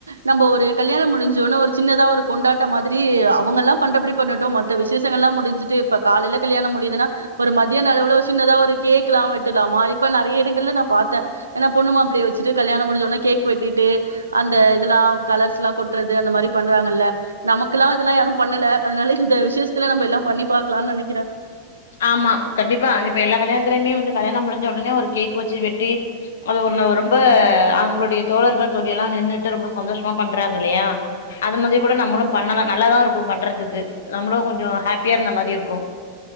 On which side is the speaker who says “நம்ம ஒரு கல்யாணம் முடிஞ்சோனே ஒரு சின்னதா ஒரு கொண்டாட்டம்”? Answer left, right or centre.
Right